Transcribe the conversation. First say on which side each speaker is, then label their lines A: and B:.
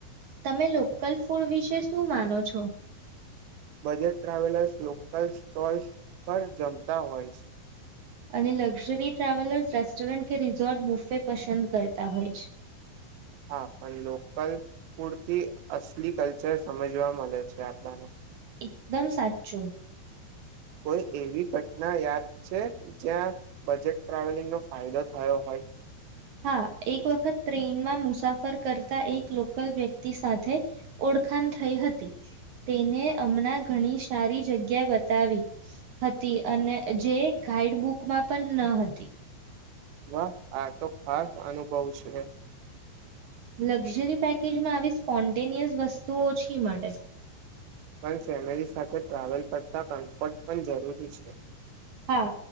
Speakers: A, on the right; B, on the right.
A: તમે લોકલ ફૂડ વિશે શું માનો છો?
B: બજેટ ટ્રાવેલર્સ લોકલ સ્ટોલ્સ પર જમતા હોય છે.
A: અને લક્ઝરી ટ્રાવેલર્સ રેસ્ટોરન્ટ કે રિઝોર્ટ બૂફે પસંદ કરતા હોય છે.
B: હા, પણ લોકલ ફૂડથી અસલી કલ્ચર સમજવા મલે છે આપડાને.
A: એકદમ સાચું.
B: કોઈ એવી ઘટના યાદ છે, જ્યાં બજેટ ટ્રાવેલિંગનો ફાયદો થયો હોય.
A: હા, એક વખત ટ્રેઈનમાં મુસાફર કરતા એક લોકલ વ્યક્તિ સાથે ઓડખાણ થઈ હતી, તેને હમણાં ઘણી સારી જગ્યા બતાવી હતી, અને જે ગાઈડ બુકમાં પણ ન હતી.
B: વાહ, આ તો ખાસ અનુભવ છે.
A: લક્ઝરી પેકેજમાં આવી સ્પોન્ટેનિયસ વસ્તુ ઓછી મડે.
B: પણ ફેમિલી સાથે ટ્રાવેલ કરતાં કમ્ફર્ટ પણ જરૂરી છે.
A: હા,